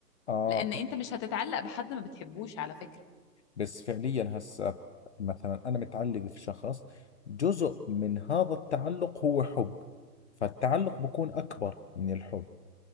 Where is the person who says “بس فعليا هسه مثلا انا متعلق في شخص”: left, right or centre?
Left